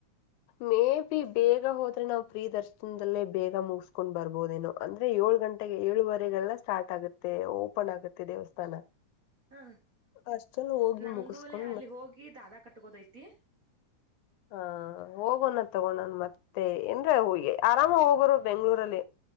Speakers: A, on the left; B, on the right.
A: ಮೇಬಿ ಬೇಗ ಹೋದ್ರೆ ನಾವು ಪ್ರೀ ದರ್ಶನದಲ್ಲೇ ಬೇಗ ಮುಗಸ್ಕೊಂಡ್ ಬರ್ಬೋದೇನೋ. ಅಂದ್ರೆ ಏಳು ಗಂಟೆಗೆ ಏಳುವರೆಗೆಲ್ಲ ಸ್ಟಾರ್ಟ್ ಆಗುತ್ತೆ ಓಪನ್ ಆಗುತ್ತೆ ದೇವಸ್ಥಾನ.
B: ಹಾ
A: ಅಷ್ಟಲ್ಲಿ ಹೋಗಿ
B: ನಂಗೂಲೆ
A: ಮುಗಿಸಕೊಂಡ್
B: ಅಲ್ಲಿ ಹೋಗಿ ದಾದಾ ಕಟ್ಕೋದಐತಿ.
A: ಹಾ ಹೋಗೋಣ ತಗೋಣನ್ ಮತ್ತೆ ಏನ್ರ ಹ ಆರಾಮ ಹೋಗೋರು ಬೆಂಗ್ಳೂರಲ್ಲಿ.